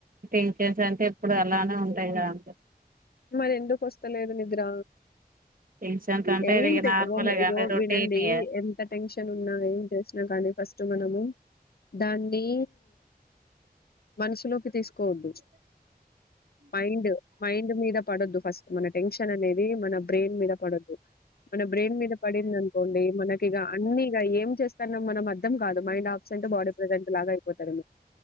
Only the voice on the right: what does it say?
టెన్షన్స్ అంటే ఇప్పుడు అలానే ఉంటాయి కదా అండి
టెన్షన్స్ అంటే
ఇ నార్మలే
కానీ రొటీన్
ఇగ